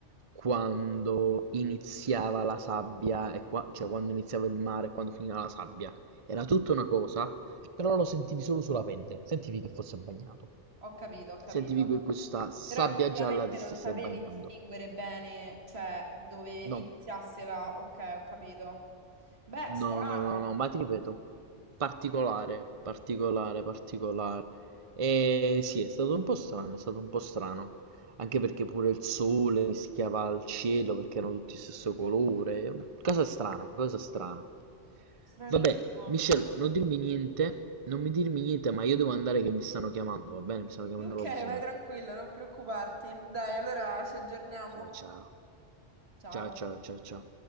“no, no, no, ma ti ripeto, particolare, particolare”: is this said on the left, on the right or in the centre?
Right